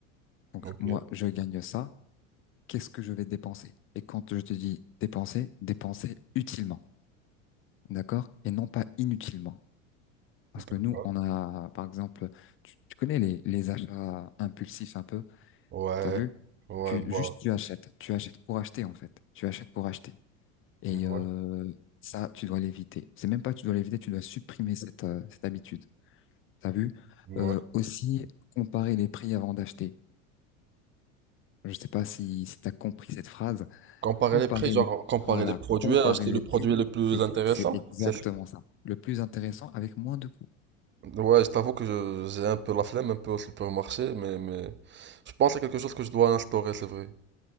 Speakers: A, on the left; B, on the right.
A: Donc
B: ok,
A: moi, je gagne ça. Qu'est-ce que je vais dépenser? Et quand je te dis dépenser, dépenser utilement, d'accord? Et non pas inutilement. Parce
B: d'accord.
A: que nous, on a, par exemple, tu, tu connais les, les achats impulsifs un peu,
B: Ouais,
A: t'as vu?
B: ouais,
A: Tu,
B: bah,
A: juste tu achètes, tu achètes pour acheter en fait, tu achètes pour acheter. Et
B: ouais,
A: euh, ça, tu dois l'éviter. C'est même pas que tu dois l'éviter, tu dois supprimer cette, euh, cette habitude, t'as vu?
B: ouais.
A: Euh, aussi, comparer les prix avant d'acheter. Je sais pas si, si t'as compris cette phrase.
B: Comparer
A: Comparer
B: les prix, genre
A: les,
B: comparer
A: voilà,
B: les produits,
A: comparer
B: acheter
A: les
B: le produit
A: prix,
B: le plus
A: et
B: intéressant,
A: c'est exactement
B: c'est ça.
A: ça. Le plus intéressant avec moins de coûts.
B: Ouais, je t'avoue que je- j'ai un peu la flemme, un peu au supermarché, mais, mais je pense à quelque chose que je dois instaurer, c'est vrai.